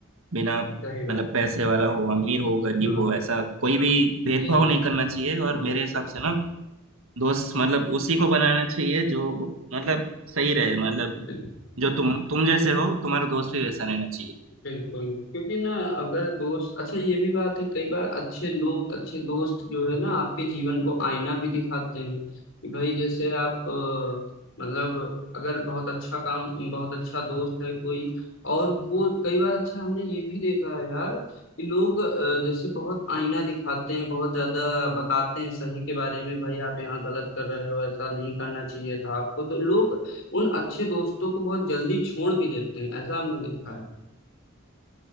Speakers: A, on the right; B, on the left.
A: बिना मतलब
B: सही बात
A: पैसे वाला हो अमीर हो गरीब
B: हाँ,
A: हो ऐसा कोई भी भेदभाव
B: जी
A: नहीं करना चाहिए और
B: बिल्कुल
A: मेरे हिसाब से ना दोस्त मतलब उसी को बनाना चाहिए जो मतलब सही रहे मतलब
B: बिल्कुल
A: जो तुम तुम जैसे हो तुम्हारा दोस्त भी वैसा रहना चाहिए
B: बिल्कुल क्योंकि ना अगर दोस्त अच्छा ये भी बात है कई बार अच्छे लोग अच्छे दोस्त जो है ना आपके जीवन को आईना भी दिखाते हैं कि भाई जैसे आप अ, मतलब अगर बहुत अच्छा काम बहुत अच्छा दोस्त है कोई और वो कई बार अच्छा हमने ये भी देखा है यार कि लोग अ, जैसे बहुत आईना दिखाते हैं बहुत ज्यादा बताते हैं सही के बारे में भाई आप यहाँ गलत कर रहे हो ऐसा नहीं करना चाहिए था आपको तो लोग उन अच्छे दोस्तों को बहुत जल्दी छोड़ भी देते हैं ऐसा हमने देखा है